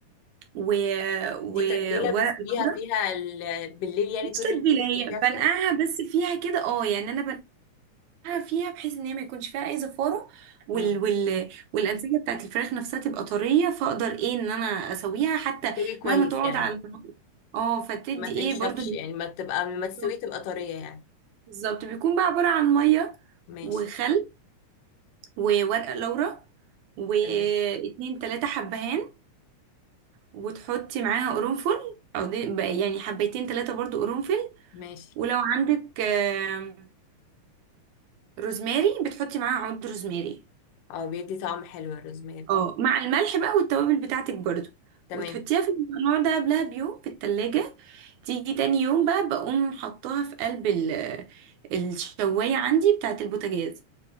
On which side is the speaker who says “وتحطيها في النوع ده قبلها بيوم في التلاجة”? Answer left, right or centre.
Right